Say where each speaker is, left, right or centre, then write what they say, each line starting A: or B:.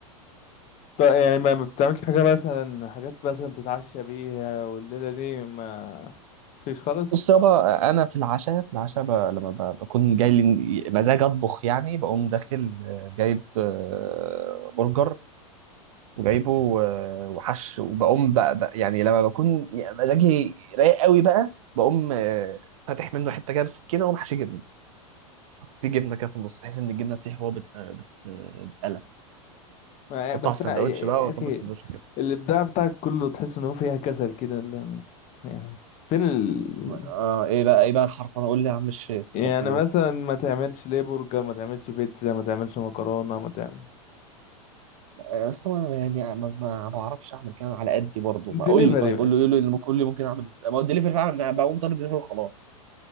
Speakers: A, on the left; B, on the right.
A: طيب يعني ما ما بتعملش حاجة مثلا حاجات مثلا تتعشى بيها والليلة دي ما فيش خالص
B: بص يابا انا في العشاء في العشاء ب... لما ب... بكون جاي لي مزاج اطبخ يعني بقوم داخل آه، جايب آه، برجر وجايبه
A: مم.
B: و- وحش وبقوم بقى بقى يعني لما بكون مزاجي رايق قوي بقى بقوم آه، فاتح منه حته كده بالسكينه واقوم حاشي جبنه حط فيه جبنه كده في النص بحيث ان الجبنه تسيح وهو بت... بت... بتقلى
A: ما
B: حطه
A: بس
B: على السندوتش
A: أنا- يا يا
B: بقى واظبط
A: اخي
B: السندوتش كده.
A: الابداع بتاعك كله تحس ان هو فيها كسل كده لا- يعني فين ال...
B: آه ايه بقى ايه بقى الحرف انا اقول لي يا عم الشيخ اتفضل
A: يعني
B: قول
A: مثلا ما تعملش ليه برجر ما تعملش بيتزا ما تعملش مكرونة ما تعمل
B: يا اسطى انا يعني ما, ما بعرفش اعمل كده على قدي برضه
A: دليفري
B: ما اقول لي طيب قول له قول له اللي ممكن قول لي ممكن اعمل ازاي ما هو الدليفري فعلا بقوم طالب دليفري وخلاص